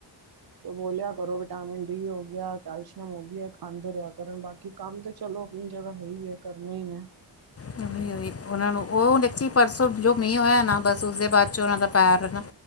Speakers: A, on the right; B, on the left.
A: ਤ ਬੋਲਿਆ ਕਰੋ ਵਿਟਾਮਿਨ ਡੀ ਹੋ ਗਿਆ, ਕੈਲਸ਼ੀਅਮ ਹੋ ਗਈ ਖੰਦੇ ਰਿਆ ਕਰਨ ਬਾਕ ਕਿ ਕੰਮ ਤਾਂ ਚਲੋ ਆਪਣੀ ਜਗ੍ਹਾ ਹੈ ਹੀ ਹੈ ਕਰਨੇ ਹੀ ਨੇ
B: ਕਮੀ ਹੋਈ ਉਹਨਾਂ ਨੂੰ ਉਹ ਪਰਸੋਂ ਜੋ ਮੀਂਹ ਹੋਇਆ ਨਾ ਬਸ ਉਸਦੇ ਬਾਅਦ ਚ ਉਹਨਾਂ ਦਾ ਪੈਰ ਨਾ